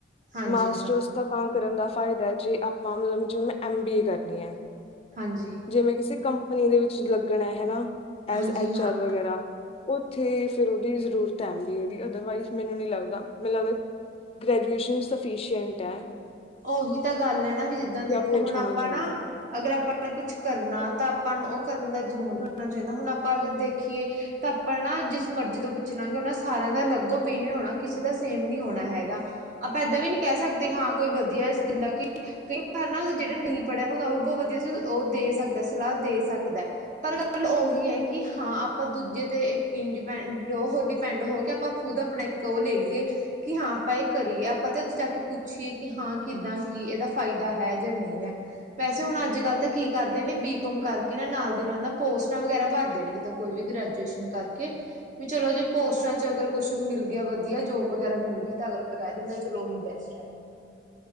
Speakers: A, on the right; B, on the left.
A: ਹਾਂਜੀ
B: ਮਾਸਟਰਸ
A: ਹਾਂ
B: ਤਾਂ ਕਰਨ ਦਾ ਫਾਇਦੈ ਜੇ ਆਪਾਂ ਮਤਲਬ ਜਿਵੇਂ ਮੈਂ ਐਮ ਬੀ ਏ ਕਰਨੀ ਐ।
A: ਹਾਂਜੀ।
B: ਜੇ ਮੈਂ ਕਿਸੇ ਕੰਪਨੀ ਦੇ ਵਿੱਚ ਲੱਗਣਾ ਹੈਨਾ ਐਜ਼
A: ਹਾਂਜੀ
B: ਐਚ
A: ਹਾਂ
B: ਆਰ ਵਗੈਰਾ ਓਥੇ ਫੇਰ ਓਦੀ ਜ਼ਰੂਰਤ ਐ ਐਮ ਬੀ ਏ ਦੀ ਅਦਰਵਾਈਜ਼ ਮੈਨੂੰ ਨੀ ਲੱਗਦਾ ਮੈਨੂੰ ਲੱਗਦਾ ਗ੍ਰੈਜੂਏਸ਼ਨ ਸਫਿਸ਼ੀਐਂਟ ਐ।
A: ਓਹੀ ਤਾਂ ਗੱਲ ਐ ਨਾ ਵੀ ਜਿੱਦਾਂ
B: ਕਿ
A: ਦੇਖੋ
B: ਆਪਣੇ
A: ਹੁਨ
B: ਚ ਹੋਣਾ
A: ਆਪਾਂ
B: ਚਾਹੀਦਾ
A: ਨਾ ਅਗਰ ਆਪਾਂ ਨੇ ਕੁਛ ਕਰਨਾ ਤਾਂ ਆਪਾਂ ਨੂੰ ਓ ਕਰਨ ਦਾ ਜਨੂੰਨ ਹੋਨਾ ਚਾਈਦਾ ਹੁਨ ਆਪਾਂ ਅਗਰ ਦੇਖੀਏ ਤਾਂ ਆਪਾਂ ਨਾ ਜਿਸ ਮਰਜ਼ੀ ਤੋਂ ਪੁੱਛ ਲਾਂਗੇ ਓਨਾਂ ਸਾਰੇਆਂ ਦਾ ਅਲੱਗ ਓਪੀਨੀਅਨ ਹੋਨਾ ਕਿਸੇ ਦਾ ਸੇਮ ਨੀ ਹੋਨਾ ਹੈਗਾ। ਆਪਾਂ ਏਦਾਂ ਵੀ ਨੀ ਕੈ ਸਕਦੇ ਹਾਂ ਕੋਈ ਵਦੀਆ ਇਸ ਦਿੰਦਾ ਕਿਓਂਕਿ ਕਈ ਵਾਰ ਨਾ ਜੇੜਾ ਨਈ ਪੜੇਆ ਵਿਆ ਹੁੰਦਾ ਓ ਵੀ ਬੋਹ ਵਦੀਆ ਸੁ ਓ ਦੇ ਸਕਦਾ ਸਲਾਹ ਦੇ ਸਕਦੈ। ਪਰ ਗੱਲ ਓਹੀ ਐ ਕਿ ਹਾਂ ਆਪਾਂ ਦੂਜੇ ਤੇ ਏ ਇੰਡੀਪੈ ਡ ਹੋ ਡਿਪੈਂਡ ਹੋ ਕੇ ਆਪਾਂ ਖੁਦ ਆਪਨਾ ਇੱਕ ਓ ਲੇ ਲੀਏ ਕਿ ਹਾਂ ਆਪਾਂ ਏ ਕਰੀਏ ਆਪਾਂ ਤੇ ਓਥੇ ਜਾ ਕੇ ਪੁੱਛੀਏ ਕਿ ਹਾਂ ਕਿੱਦਾਂ ਕੀ ਏਦਾ ਫਾਇਦਾ ਹੈ ਜਾਂ ਨਈਂ ਐ। ਵੈਸੇ ਹੁਨ ਅੱਜ-ਕੱਲ ਤੇ ਕੀ ਕਰਦੇ ਨੇ ਬੀਕੋਮ ਕਰਕੇ ਨਾ ਨਾਲ ਦੀ ਨਾਲ ਨਾ ਪੋਸਟਾਂ ਵਗੈਰਾ ਭਰਦੇ ਨੇ ਜਿੱਦਾਂ ਕੋਈ ਵੀ ਗ੍ਰੈਜੂਏਸ਼ਨ ਕਰਕੇ ਵੀ ਚਲੋ ਜੇ ਪੋਸਟਾਂ ਚ ਅਗਰ ਕੁਛ ਮਿਲ ਗਿਆ ਵਦੀਆ ਜੋਬ ਵਗੈਰਾ ਮਿਲ ਗਈ ਤਾਂ ਅਗਲਾ ਕੈ ਦਿੰਦਾ ਚਲੋ ਓਹੀ ਬੈਸਟ ਐ।